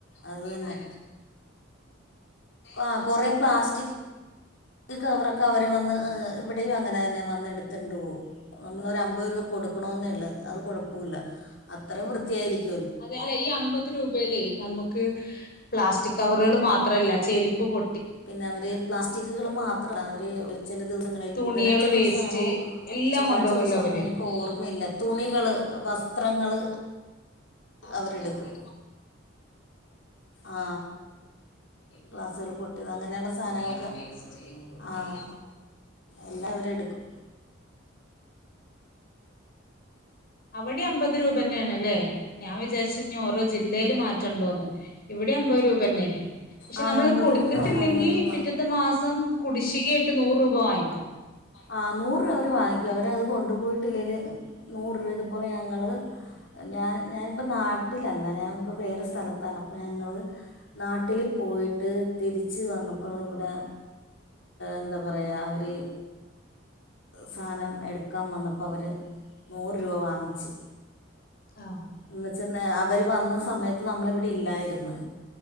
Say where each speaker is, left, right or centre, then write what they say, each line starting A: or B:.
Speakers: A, on the left; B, on the left.
A: അത് തന്നെ ആ കൊറ പ്ലാസ്റ്റിക് ഈ കവറൊക്കെ അവർ വന്ന് ഇവിടെയും അങ്ങനെ തന്നെ വന്ന എടുത്തണ്ട് പോവും നമ്മള ഒരമ്പത് രൂപ കൊടുക്കണെന്ന ഉള്ളു അത് കുഴപ്പമില്ല അത്ര വൃത്തിയായിരിക്കും
B: അതെ അല്ല ഈ അമ്പത് രൂപയിലേ നമുക്ക് പ്ലാസ്റ്റി കവറുകൾ മാത്രല്ല ചെരുപ്പ് പൊ
A: പിന്നെ അവര് പ്ലാസ്റ്റിക്കുകള് മാത്രം അവര് ചില ദിവസങ്ങളിൽ
B: തുണികള്
A: ബുധനാഴ്ച
B: വേസ്റ്റ്
A: ദിവസമാണോ
B: എല്ലാം
A: ചൊവ്വാഴ്ച
B: കൊണ്ടുപോകല്ലോ
A: ദിവസമാ
B: അവര്
A: എനിക്ക് ഓർമ്മയില്ല തുണികള് വസ്ത്രങ്ങള് അവരെടുക്കും ആ ഗ്ലാസുകൾ പൊട്ടിയത് അങ്ങനെയുള്ള സാധനങ്ങളൊക്കെ ആഹ എല്ലാ അവര് എടുക്കും
B: അവിടെ അമ്പത് രൂപ തന്നെയാണ്ല്ലേ ഞാൻ വിചാരിച്ചു ഓരോ ജില്ലയിൽ മാറ്റ ണ്ടോന്ന് ഇവിടെ അമ്പത് രൂപ തന്നെ പക്ഷെ
A: ആ
B: നമ്മള്
A: അമ്പത്
B: കൊടുത്തിട്ടില്ലെങ്കി
A: രൂപയാണ് അമ്പത് രൂപ
B: പിറ്റത്തെ മാസം കുടിശ്ശികായിട്ട് നൂറ് രൂപ വാങ്ങിക്കും
A: ആ നൂറ് രൂപ അവര് വാങ്ങിക്കും അവര അത് കൊണ്ടുപോയിട്ടില്ലേല് നൂറ് രൂപ ഇതുപോലെ ഞങ്ങള് ഞാൻ ഞാനിപ്പ നാട്ടിലല്ല ഞാനിപ്പോ വേറെ സ്ഥലത്താണ് അപ്പൊ ഞങ്ങള് നാട്ടില് പോയിട്ട് തിരിച്ച് വന്നപ്പോൾ ഇവിടെ എന്താ പറയാ അവര് സാധനം എടുക്കാന് വന്നപ്പോൾ അവര് നൂറ് രൂപ വാങ്ങിച്ചു
B: ആ.
A: എന്നച്ചന്ന് അവര് വന്ന സമയത്ത് നമ്മളിവിടെ ഇല്ലായിരുന്നു.